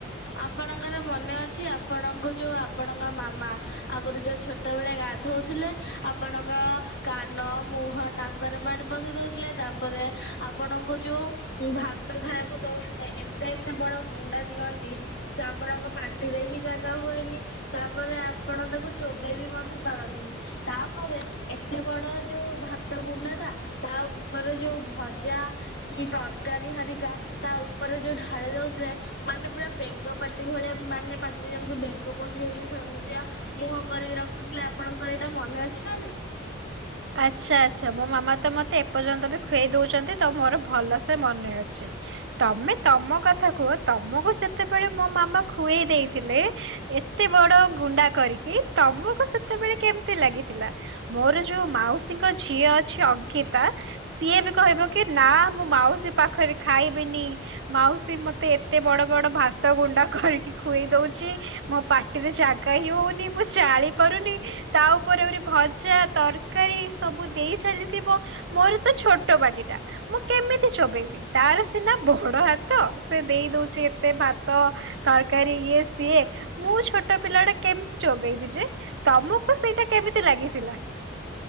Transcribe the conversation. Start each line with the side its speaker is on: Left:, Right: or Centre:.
Left: ଆପଣଙ୍କର ମନେ ଅଛି ଆପଣଙ୍କୁ ଯୋଉ ଆପଣଙ୍କ ମାମା ଆଗରୁ ଯୋଉ ଛୋ ଟ ବେଳେ ଗାଧୋଉଥିଲେ ଆପଣଙ୍କ କାନ ମୁହଁ ନାକରେ ପାଣି ପସେଇଦଉଥିଲେ ତା ତା ପରେ ଆପଣଙ୍କୁ ଯୋଉ ଭାତ ଖାଇବାକୁ ଦଉଥିଲେ ଏତେ ଏତେ ବଡ ଗୁଣ୍ଡା ଦିଅନ୍ତି ସେ ଆପଣଙ୍କ ପାଟିରେ ହିଁ ଜାଗା ହୁଏନି ତାପରେ ଆପଣ ତାକୁ ଚୋବେଇ ବି ମଧ୍ୟ ପାରନ୍ତିନି। ତାପରେ ଏତେ ବଡ ଯୋଉ ଭାତ ଗୁଣ୍ଡା ଟା ତା ଉପରେ ଯୋଉ ଭଜା କି ତରକାରୀ ହାରିକା ତା ଉପରେ ଯୋଉ ଢାଳି ଦଉଥିଲେ। ମାନେ ପୁରା ବେଙ୍ଗ ପାଟି ଭଳିଆ ମାନେ ପାଟିରେ ଯେମିତି ବେଙ୍ଗ ପଶିଯାଇଛି ସମିତିଆ ମୁହଁ କରିକି ରଖୁଥିଲେ ଆପଣଙ୍କର ଏଇଟା ମନେ ଅଛି ନା ନାଇଁ?
Right: ଆଚ୍ଛା ଆଚ୍ଛା ମୋ ମାମା ତ ମତେ ଏପର୍ଯ୍ୟନ୍ତ ଖୁଏଇ ଦଉଛନ୍ତି ତ ମୋର ଭଲ ସେ ମନେ ଅଛି। ତମେ ତମ କଥା କୁହ ତମକୁ ଯେତେବେଳେ ମୋ ମାମା ଖୁଏଇ ଦେଇଥିଲେ ଏତେ ବଡ ଗୁଣ୍ଡା କରିକି ତମକୁ ସେତେବେଳେ କେମିତି ଲାଗିଥିଲା? ମୋର ଯୋଉ ମାଉସୀଙ୍କ ଝିଅ ଅଛି ଅଙ୍କିତା ସିଏ ବି କହିବ କି ନା ମୁଁ ମାଉସୀ ପାଖରେ ଖାଇବିନି, ମାଉସୀ ମତେ ଏତେ ବଡ ବଡ ଭାତ ଗୁଣ୍ଡା କରିକି ଖୁଏଇ ଦଉଛି ମୋ ପାଟିରେ ଜାଗା ହିଁ ହଉନି ମୁଁ ଚାଳି ପାରୁନି। ତା ଉପରେ ଆହୁରି ଭଜା ତରକାରୀ ସବୁ ଦେଇ ଚାଲିଥିବ, ମୋର ତ ଛୋଟ ପାଟିଟା ମୁଁ କେମିତି ଚୋବେଇବି ତାର ସିନା ବଡ ହାତ ସେ ଦେଇ ଦଉଛି ଏତେ ଭାତ ତରକାରୀ ଇଏ ସିଏ ମୁଁ ଛୋଟ ପିଲା ଟା କେମିତି ଚୋବେଇବି ଯେ ତମକୁ ସେଇଟା କେମିତି ଲାଗିଥିଲା।